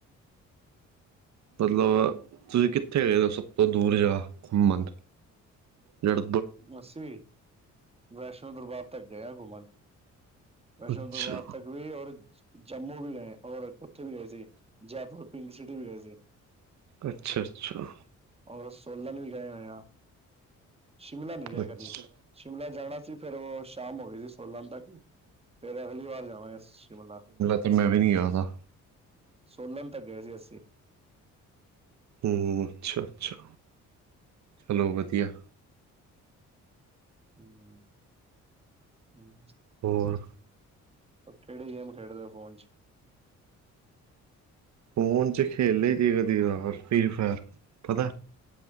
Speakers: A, on the right; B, on the right.
A: ਮਤਲਬ ਤੁਸੀਂ ਕਿੱਥੇ ਗਏ ਹੋ ਸਭ ਤੋਂ ਦੂਰ ਜਗ੍ਹਾ ਘੁੰਮਣ ਜੜ ਬੜ
B: ਅੱਸੀ ਵੈਸ਼ਨੋ ਦਰਬਾਰ ਤੱਕ ਗਏ ਘੁੰਮਣ ਵੈਸ਼ਨੋ
A: ਅੱਛਾ
B: ਦਰਬਾਰ ਤੱਕ ਵੀ ਔਰ ਜੰਮੂ ਵੀ ਗਏ ਔਰ ਉੱਥੇ ਵੀ ਗਏ ਸੀ ਜੈਪੁਰ ਪਿੰਕ ਸਿਟੀ ਵੀ ਗਏ ਸੀ
A: ਅੱਛਾ ਅੱਛਾ
B: ਔਰ ਸੋਲਨ ਨੂੰ ਵੀ ਗਏ ਹੋਏਣਾ ਸ਼ਿਮਲਾ ਨਹੀਂ ਗਏ
A: ਅੱਛਾ
B: ਕਦੇ ਸ਼ਿਮਲਾ ਜਾਣਾ ਸੀ ਫੇਿਰ ਉਹ ਸ਼ਾਮ ਹੋ ਗਈ ਸੀ ਸੋਲਾਂ ਤੱਕ ਫੇਰ ਅਗਲੀ ਵਾਰ ਜਾਵਾਂਗੇ ਸ਼ਿਮਲਾ
A: ਅਤੇ ਮੈਂ ਵੀ ਨਹੀਂ ਜਾਦਾ
B: ਸੋਲਨ ਤੱਕ ਗਏ ਸੀ ਅਸੀਂ
A: ਹ ਅੱਛਾ ਅੱਛਾ ਚਲੋ ਵਧੀਆ
B: ਹਮ ਹਮ
A: ਹੋਰ
B: ਕਿਹੜੀ ਗੇਮ ਖੇਡਦੇ ਫੋਨ ਚ
A: ਫੋਨ ਚ ਖੇਲੇ ਦੀ ਕਦੀ ਫਰੀ ਫਾਇਰ, ਪਤਾ